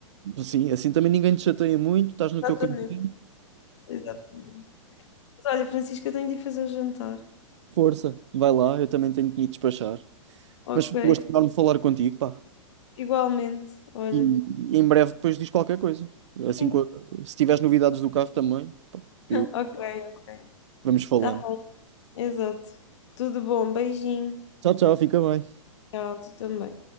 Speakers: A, on the right; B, on the left.
A: sim, assim também ninguém te chateia muito, estás no
B: Exatamente,
A: teu cantinho.
B: exatamente. Mas olha, Francisca, eu tenho de ir fazer o jantar.
A: Força, vai lá, eu também tenho que me despachar.
B: Ok,
A: Mas foi um gosto enorme falar contigo, pá.
B: igualmente, olha.
A: E, e em breve depois diz qualquer coisa. Assim,
B: Sim.
A: co- se tiveres novidades do carro também, pá, eu-
B: Ok, ok.
A: vamos falando.
B: Tá, exato. Tudo bom, beijinho.
A: Tchau, tchau, fica bem.
B: Tchau, tu também.